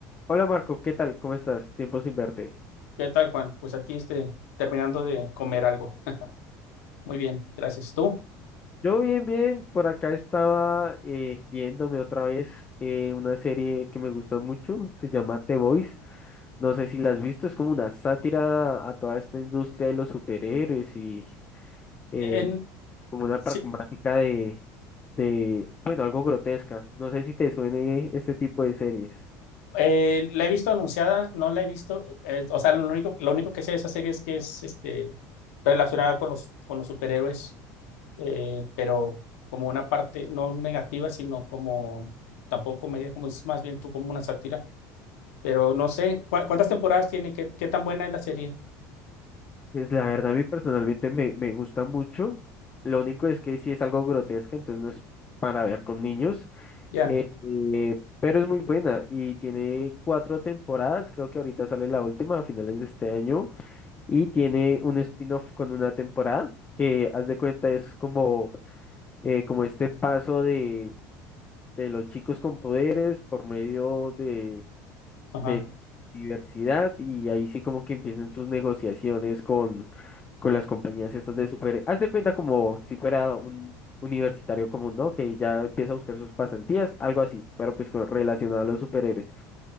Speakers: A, on the left; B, on the left.
A: Hola Marco, ¿qué tal? ¿Cómo estás? Tiempo sin verte.
B: ¿Qué tal, Juan? Pues aquí este, terminando de comer algo. <laughs> Muy bien, gracias. ¿Tú?
A: Yo bien, bien. Por acá estaba eh, viéndome otra vez eh, una serie que me gusta mucho. Se llama The Boys. No sé si la has visto. Es como una sátira a toda esta industria de los superhéroes y eh,
B: En-
A: como una
B: sí,
A: pragmática de, de, bueno, algo grotesca. No sé si te suene este tipo de series.
B: eh, la he visto anunciada, no la he visto. eh, o sea, lo único, lo único que sé de esa serie es que es este, relacionada con los, con los superhéroes, eh, pero como una parte no negativa, sino como tampoco comedia, como es más bien tú como una sátira. Pero no sé, ¿cu- ¿cuántas temporadas tiene? ¿Qué, qué tan buena es la serie?
A: Pues la verdad, a mí personalmente me, me gusta mucho. Lo único es que sí es algo grotesca, entonces no es para ver con niños.
B: Ya,
A: Eh, eh, pero es muy buena y tiene cuatro temporadas, creo que ahorita sale la última a finales de este año y tiene un spin-off con una temporada que haz de cuenta es como, eh, como este paso de, de los chicos con poderes por medio de,
B: ajá.
A: de diversidad y ahí sí como que empiezan sus negociaciones con, con las compañías estas de super... Haz de cuenta como si fuera un universitario común, ¿no? Que ya empieza a buscar sus pasantías, algo así, pero pues con, relacionado a los superhéroes.